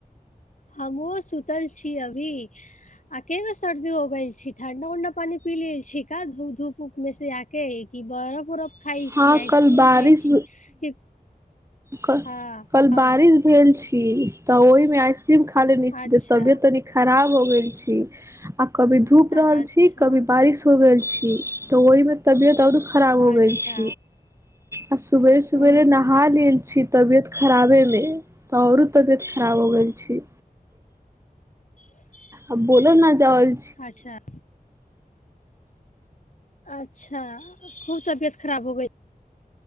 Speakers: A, on the left (about 50°); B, on the right (about 20°).
A: हमहुँ सुतल छी अभी आ केना सर्दी हो गेल छी, ठणडा उंडा पानी पी लेल छी का धू धूप उऊप मे से आके आ कि बरफ उरफ खाइ छी,
B: हँ
A: आइसक्रीम
B: कल बारिश
A: खाइ छी कि
B: क
A: हँ
B: कल
A: हँ।
B: बारिश भेल छी ओहि में आइसक्रीम खा लेने छी
A: अच्छा
B: त तबियत तनिक खराब हो गेल छी आ कभी धूप
A: अच्छा
B: रहल छी कभी बारिश हो गेल छी त ओहि मे तबियत औरो खराब हो
A: अच्छा
B: गेल छी। आ सबेरे सबेरे
A: ओ
B: नहा लेल छी तबियत खराबे मे त ओरो तबियत खराब हो गेल छी।
A: <inaudible>
B: आ बोल ने जाऊ।
A: अच्छा अच्छा खूब तबियत खराब हो गेल